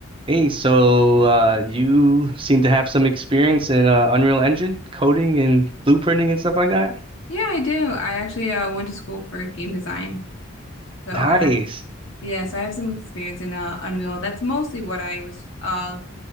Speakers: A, on the right (about 25°); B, on the left (about 65°).
A: Hey, so uh, you seem to have some experience in uh, Unreal Engine coding and blueprinting and stuff like that?
B: Yeah, I do. I actually uh, went to school for game design. So
A: Nice.
B: I have, yeah, so I have some experience in uh, Unreal. That's mostly what I was uh,